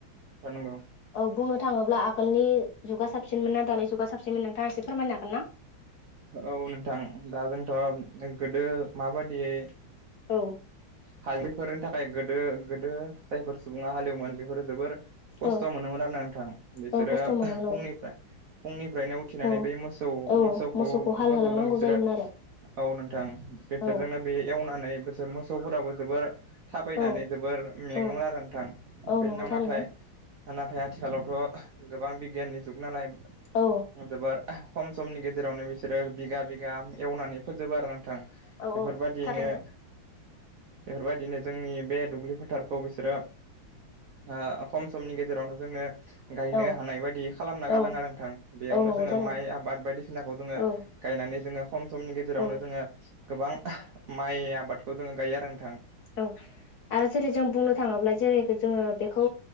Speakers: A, on the right; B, on the left.
A: नोंगौ
B: औ बुंनो थाङोब्ला आगोलनि जुगा साबसिनमोन ना दानि जुगा साबसिनमोन नोंथाङा एसे फोरमायनो हागोन ना।
A: औ नोंथां दा जोंथ' गोदो माबादियै
B: औ
A: हालैफोरनि थाखाय गोदो गोदो जायफोर सुबुङा हालेवोमोन बेफोरो जोबोर खस्थ'
B: औ
A: मोनोमोन आरो ना नोंथां बिसोरो
B: औ खस्थ' मोनोमोन
A: फुंनिफ्राय
B: औ
A: फुंनिफ्रायनो खिनानै
B: औ
A: बे मोसौ
B: औ
A: मोसौखौ
B: हाल
A: मोसौजों
B: होलांनांगौ
A: बिसोरो
B: जायोमोन आरो
A: औ नोंथां बेसोरजोंनो
B: औ
A: बे एवनानै बेसोर मोसौफोराबो जोबोर थाबायनानै
B: औ
A: जोबोर मेङोमोन
B: औ
A: आरो नोंथां
B: औ
A: बे
B: नंगौ
A: उनाव
B: थारैनो
A: नाथाय नाथाय आथिखालावथ' गोबां बिगियाननि जुग नालाय
B: औ
A: जोबोर खम समनि गेजेरावनो बिसोरो बिगा बिगा एवनानै फोजोबो आरो नोंथां।
B: औ
A: बेफोरबादियैनो
B: औ थारैनो
A: बेफोरबायदिनो जोंनि बे दुब्लि फोथारखौ बिसोरो ओ खम समनि गेजेरावनो जोङो गायनो
B: औ
A: हानाय बायदि खालामना गालाङो
B: औ
A: आरो नोंथां बेयावनो
B: औ नंगौ
A: जोङो
B: थारैनो
A: माइ आबाद बायदिसिनाखौ जोङो
B: औ
A: गायनानै जोङो खम समनि गेजेरावनो
B: औ
A: जोङो गोबां माइ आबादखौ जोङो गायो आरो नोंथां।
B: औ आरो जेरै जों बुंनो थाङोब्ला जेरै जोङो बेखौ